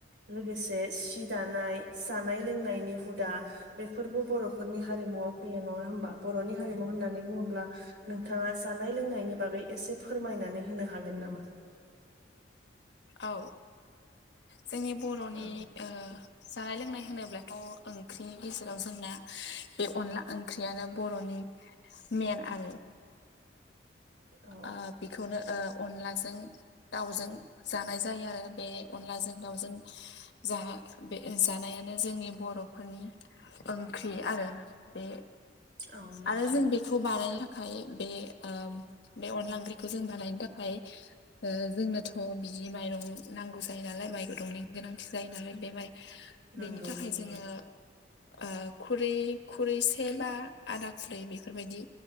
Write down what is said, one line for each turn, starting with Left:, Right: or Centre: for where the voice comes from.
Right: लोगो से सि दानाय जानाय लोंनायनि हुदा बेफोरबो बर' फोरनि हारिमुआव फैयो नङा हबा बर'नि हारिमु होननानै बुङोब्ला नोंथाङा जानाय लोंनायनि बागै एसे फोरमायनानै होनो हागोन नामा?
Left: औ जोंनि बर'नि
Right: औ
Left: ओ जानाय लोंनाय होनोब्लाथ' ओंख्रिनि गेजेराव जोंना बे अनला ओंख्रियानो बर'नि मेन आरो
Right: <inaudible> औ
Left: ओ बेखौनो ओ अनलाजों दाउजों जानाय जायो आरो। बे अनलाजों दावजों जा बे जानायानो जोंनि बर' बर'फोरनि ओंख्रि आरो बे
Right: औ नोंथां
Left: आरो जों बेखौ बानायनो थाखाय बे ओ बे अनलाांग्रिखौ जों बानायनो थाखाय ओ जोंनोथ' बिदि माइरं नांगौ जायो नालाय माइ रंनि गोनांथि जायो नालाय बे माइरं
Right: नंगौ
Left: बेनि थाखाय
Right: नोंथां
Left: जोङो ओ खुरै खुरैसे बा आदा खुरै बेफोरबायदि